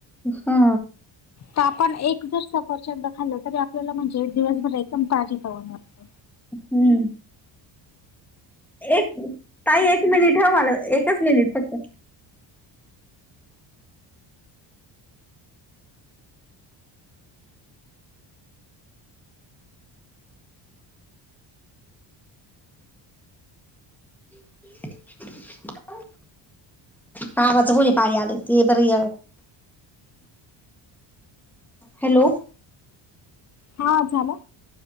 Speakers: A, in the centre; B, on the left.
A: हा
B: तर आपण एक जर सफरच्यांद खाल्लं तरी आपल्याला म्हणजे एक दिवसभर एकदम ताजी पवण वाटत
A: हम्म एक ताई एक मिनिट ह मला एकच मिनिट फक्त <unintelligible> कावाचं कोणी पाणी आलं ते बरी हॅलो
B: हा झालं